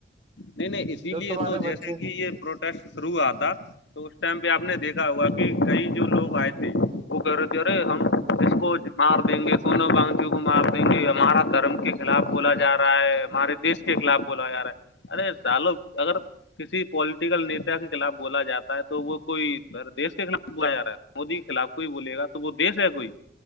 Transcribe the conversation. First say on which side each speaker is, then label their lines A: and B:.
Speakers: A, on the left (about 75°); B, on the right (about 30°).
A: نہیں نہیں اسی
B: جو
A: لیے
B: تمہارے
A: تو جیسے
B: بچے
A: کہ یہ پروٹیسٹ شروع ہوا تھا تو اس ٹائم پہ آپ نے دیکھا ہوگا کہ کئی جو لوگ آئے تھے وہ کہہ رہے تھے ارے ہم اس کو <unintelligible> مار دیں گے سونو گانچھی کو مار دیں گے ہمارا دھرم کے خلاف بولا جا رہا ہے ہمارے دیش کے خلاف بولا یارا ارے سالو اگر کسی پولیٹیکل نیتا کے خلاف بولا جاتا ہے تو وہ کوئی دیش کے خلاف بولا جا رہا ہے مودی کے خلاف کوئی بولے گا تو وہ دیس ہے کوئی